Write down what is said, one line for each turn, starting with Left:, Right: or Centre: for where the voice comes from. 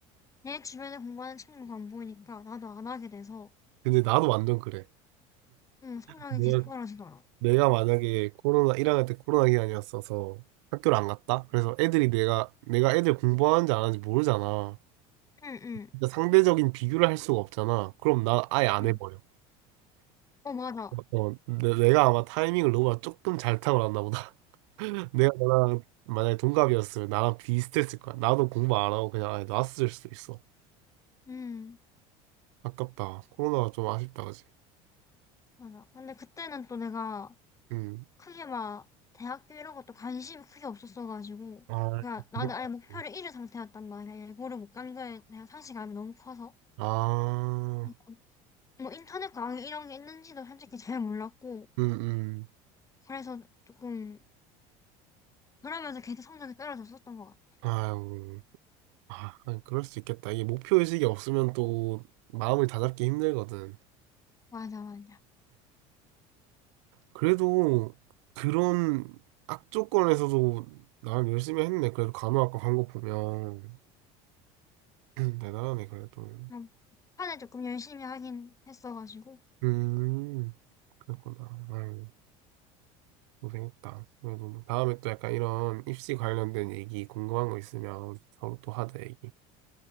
Left: 내 주변에 공부하는 친구가 안 보이니까 나도 안 하게 돼서
Right: 근데 나도 완전 그래.
Left: 응, 성적이
Right: 내가,
Left: 계속 떨어지더라.
Right: 내가 만약에 코로나, 1학년 때 코로나 기간이었어서 학교를 안 갔다? 그래서 애들이 내가, 내가 애들 공부하는지 안 하는지 모르잖아.
Left: 응, 응,
Right: 진짜 상대적인 비교를 할 수가 없잖아. 그럼 나 아예 안
Left: 응.
Right: 해버려.
Left: 어, 맞아.
Right: 어, 내, 내가 아마 타이밍을 너보다 조금 잘 타고 났나 보다. 내가 너랑 만약에 동갑이었으면 나랑 비슷했을 거야. 나도 공부 안 하고 그냥 아예 놨을 수도 있어.
Left: 응,
Right: 아깝다. 코로나가 좀 아쉽다, 그지?
Left: 맞아. 근데 그때는 또 내가
Right: 응
Left: 크게 막 대학교 이런 것도 관심이 크게 없었어가지고
Right: 아,
Left: 그러니까 나는
Right: 그랬구
Left: 아예 어, 목표를 잃은 상태였단 말이야. 예고를 못 간 거에 대한 상실감이 너무 커서
Right: 아,
Left: 음, 뭐 인터넷 강의 이런 게 있는지도 솔직히 잘 몰랐고
Right: 음, 음.
Left: 그래서 조금 그러면서 계속 성적이 떨어졌었던 것 같아.
Right: 아유, 아, 아니, 그럴 수 있겠다. 이게 목표의식이 없으면 또 마음을 다잡기 힘들거든.
Left: 맞아 맞아.
Right: 그래도 그런 악조건에서도 나름 열심히 했네. 그래도 간호학과 간 거 보면. <clears throat> 대단하네, 그래도.
Left: 그럼 판에 조금 열심히 하긴 했어가지고
Right: 음. 그렇구나. 아유, 고생했다. 그래도 뭐 다음에 또 약간 이런 입시 관련된 얘기 궁금한 거 있으면 우리 서로 또 하자, 얘기.